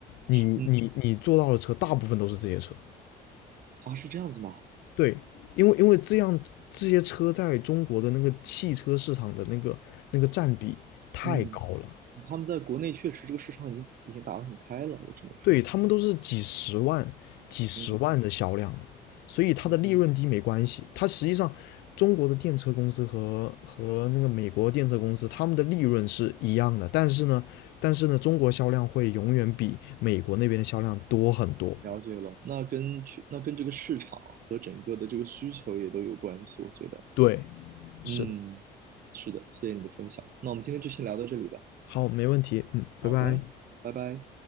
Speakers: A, on the left (about 80°); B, on the right (about 60°).
A: 你你你坐到的车大部分都是这些车，
B: 嗯啊，是这样子吗？
A: 对，因为因为这样这些车在中国的那个汽车市场的那个那个占比太高了，
B: 嗯，他们在国内确实这个市场已经已经打得很开了，我只能说，
A: 对，他们都是几十万、几十万的销量的，
B: 嗯
A: 所以它的利润低没关系。
B: 嗯，
A: 它实际上，中国的电车公司和和那个美国电车公司，他们的利润是一样的，但是呢，但是呢，中国销量会永远比美国那边的销量多很多。
B: 了解了。那跟去那跟这个市场和整个的这个需求也都有关系，我觉得，
A: 对，
B: 嗯，
A: 是的。
B: 是的，谢谢你的分享。那我们今天就先聊到这里吧。
A: 好，没问题。嗯，
B: 好的，
A: 拜拜。
B: 拜拜。